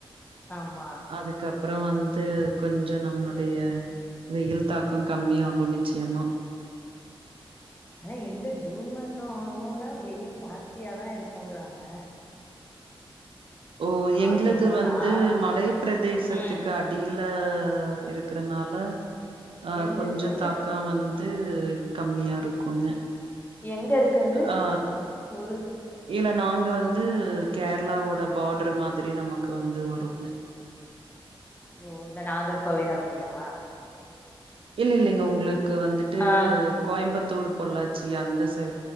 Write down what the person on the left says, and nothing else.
ஆமா
ஆனா எங்க ஜூன் மாசம் ஆனம்தா வெயில் ஜாஸ்தியாதா இருக்குங்கறாங்க
ஆக உங்களுக்கு
ஆ
ம்
எங்க
இருக்கு அது
எங்க இருக்கது
ஊரு
ஓ இந்த நாகர்கோவில் அப்டியா
ஆ